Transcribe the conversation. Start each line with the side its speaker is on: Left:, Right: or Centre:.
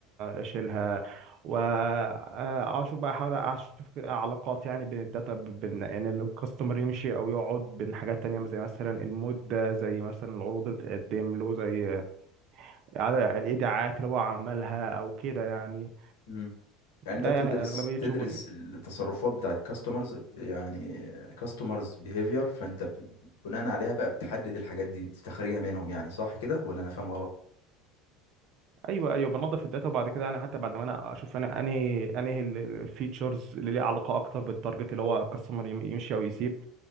Right: اشيلها واشوف بقى احاول اشوف كده علاقات يعني بين الداتا بين ان الكاستمر يمشي او يقعد بين حاجات تانية زي مثلا المود ده زي مثلا العروض اللي بتقدم له زي عدد الايداعات اللي هو عملها او كده يعني
Left: مم. يعني
Right: ده
Left: انت بتدرس
Right: يعني اغلبية
Left: بتدرس
Right: شغلي
Left: التصرفات بتاع الكاستمرز يعني كاستمرز بيهيفير فانت ب- بناء عليها بقى بتحدد الحاجات دي بتستخرجها منهم يعني صح كده ولا انا فاهم غلط
Right: ايوه ايوه بنظف الداتا وبعد كده يعني حتى بعد ما انا اشوف انا انهي انهي الفيتشرز اللي ليها علاقه اكتر بالتارجت اللي هو الكاستمر يمشي او يسيب